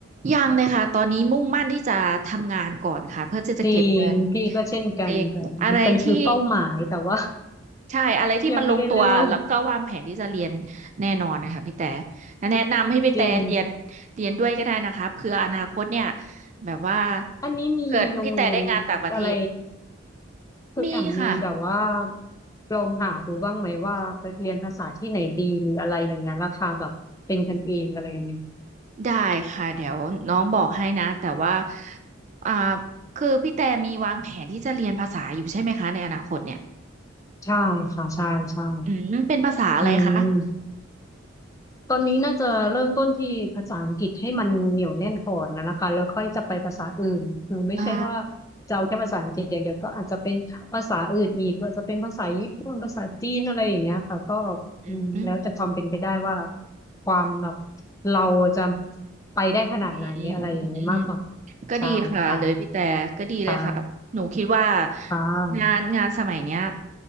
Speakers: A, on the right; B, on the left.
A: ยังเลยค่ะตอนนี้มุ่งมั่นที่จะทำงานก่อนค่ะเพื่อที่จะเก็บเงิน
B: จริงพี่ก็เช่นกันค่ะมันคือเป้าหมายแต่ว่า
A: จริงอะไรที่ ใช่อะไรที่มันลงตัวแล้วก็วางแผนที่จะเรียนแน่นอนนะคะพี่แต่
B: <laughs> ยังไม่ได้เริ่ม
A: และแนะนำให้พี่แต่เรียนเรียนด้วยก็ได้นะคะเผื่ออนาคตเนี่ย
B: จริง
A: แบบว่า
B: อันนี้มีโรงเรียน
A: เกิดพี่แต่ได้งานต่างประเทศ
B: อะไรคือแอมมีแบบว่า
A: มีค่ะ
B: ลองหาดูบ้างไหมว่าไปเรียนภาษาที่ไหนดีหรืออะไรอย่างเงี้ยราคาแบบเป็นกันเองอะไรอย่างเงี้ย
A: ได้ค่ะเดี๋ยวน้องบอกให้นะแต่ว่าอ่าคือพี่แต่มีวางแผนที่จะเรียนภาษาอยู่ใช่ไหมคะในอนาคตเนี่ย
B: ใช่ค่ะใช่ใช่
A: อืมเป็นภาษาอะไรคะ
B: อืม ตอนนี้น่าจะเริ่มต้นที่ภาษาอังกฤษให้มันเหนียวแน่นก่อนนะนะคะแล้วค่อยจะไปภาษาอื่นคือไม่ใช่ว่า
A: อ่า
B: จะเอาแค่ภาษาอังกฤษอย่างเดียวก็อาจจะเป็นภาษาอื่นอีกก็จะเป็นภาษาญี่ปุ่นภาษาจีนอะไรอย่างเงี้ยค่ะก็
A: อืมอืม
B: อืมแล้วแต่ความเป็นไปได้ว่าความแบบเราจะไปได้ขนาดไหนอะไรอย่างนี้ยมากกว่า
A: อืมอืมอืม ก็ดีค่ะเลยพี่แต่ก็ดีเลยครับหนูคิดว่า
B: ใช่ค่ะค่ะค่ะ
A: งานงานสมัยเนี้ย